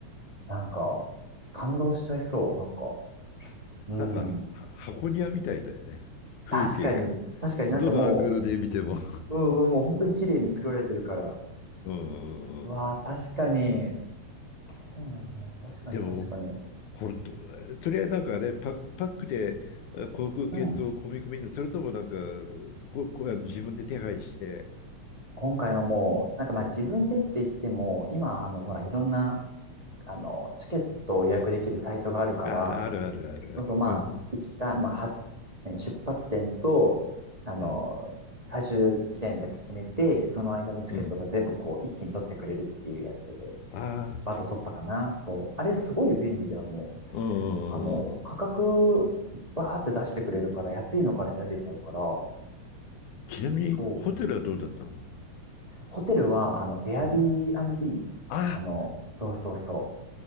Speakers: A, on the right; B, on the left.
A: なんか、感動しちゃいそう。なんか、うん。
B: なんかは箱庭みたいだよね。風景が。
A: 確かに、確かになんかも
B: どのアングルで見ても。
A: う、うんうん、もう本当に綺麗に作られてるから。
B: うんうんうん
A: わあ、確かに。そうなんだ。確かに、
B: でも、
A: 確かに。
B: 本当、それはなんかね、パック、パックであ航空券と込み込みの、
A: うん。
B: それともなんか、こ、こ、あの自分で手配して、
A: 今回はもう、なんかまあ自分でって言っても、今、あの、ほら、いろんな、あの、チケットを予約できるサイトがあるから、
B: ああ、あるあるあるある。
A: そうそう、まあ、
B: うん、
A: 行きた、まあ、は、何出発点と、あの、
B: うん、
A: 最終地点だけ決めて、その間のチケットが全部こう、
B: うん。
A: 一気に取ってくれるっていうやつで、
B: ああ、
A: バーッと取ったかな。そう。あれ、すごい便利で、あの、
B: うんうんうんうん。
A: あの、価格、バーって出してくれるから、安いのから選べちゃうから、
B: ちなみに、
A: そう。
B: ホテルはどうだったの
A: ホテルは、あの、エアビービー、
B: うん。あ
A: あの、そうそうそ